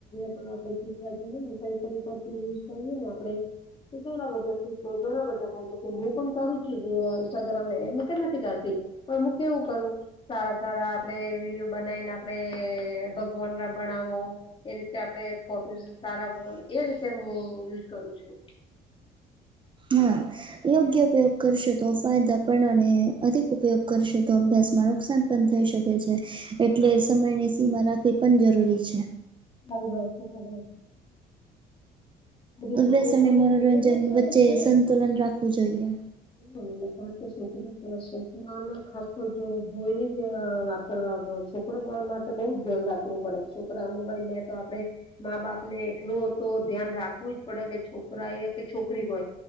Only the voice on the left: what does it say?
પણ આપડે શીખવા જઈએ ને <unintelligible> યુઝ કરીએ ને આપડે તો ઘણા બધા સીખ ઘણા બધા ફાયદા છે હું પણ કરું છું ઇન્સ્ટાગ્રામ એ કે નથી કરતી પન હું કેવું કરુ સારા સારા આપડે વિડીયો બનાવીને, આપડે ભગવાનના બનાવો એ રીતે આપડે. ફોટોઝ તારા ગુણ ભગવન એ રીતે હું યુઝ કરું છું.
હા
<unintelligible> અધિક
ઉપયોગ
કરો
છો, એ નુકસાન
જ કેહેવાય.
હ, એને ક કે છોકરી છોકરાને ખાસ તો જો ધોઈને જ વાપરવા. છોકરો માટે તો બઉ જ ધ્યાન રાખવું પડે, છોકરા મોબાઈલ લે તો આપડે. મા બાપ ને, એટલુ તો ધ્યાન રાખવું જ પડે કે, છોકરા એ કે છોકરી હોય.